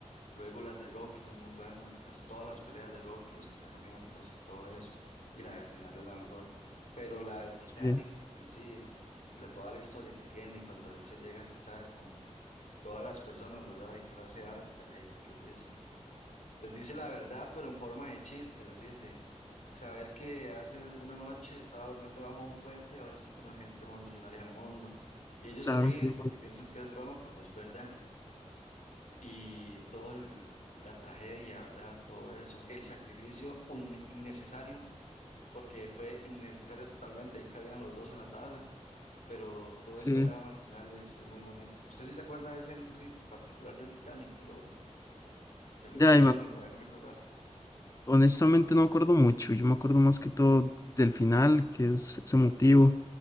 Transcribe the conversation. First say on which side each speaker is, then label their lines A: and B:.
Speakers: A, on the left; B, on the left.
A: luego las de Rocky son muy buenas, las, todas las peleas de Rocky, los entrenamientos y todo eso, y la del final es la mejor, pero la del Titanic
B: Sí,
A: en sí, la, toda la historia que tiene cuando él se llega a sentar con todas las personas, ¿verdad? De clase alta, y les dice que, les dice la verdad, pero en forma de chiste, les dice, saber que hace una noche estaba durmiendo bajo un puente y ahora estoy con la gente más millonaria del mundo. Y ellos
B: claro,
A: se ríen
B: sí, fue-
A: porque piensan que es broma, pero es verdad. Y todo el- la tragedia, ¿verdad? Todo eso, el sacrificio un- innecesario, porque fue innecesario totalmente, ahí cabían los dos en la tabla pero todo
B: sí.
A: ese drama al final es, es muy bonito. ¿Usted sí se acuerda de escenas así particular del Titanic que lo, que lo
B: Ya,
A: impresionen
B: y me
A: o lo hagan recordar?
B: Honestamente no me acuerdo mucho, yo me acuerdo más que todo del final, que es, ese motivo,